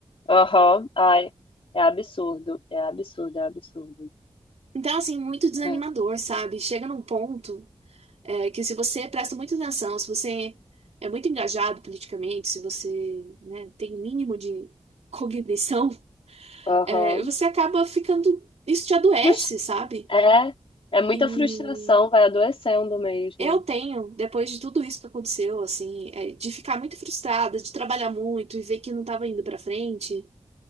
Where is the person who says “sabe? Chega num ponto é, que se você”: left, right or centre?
Right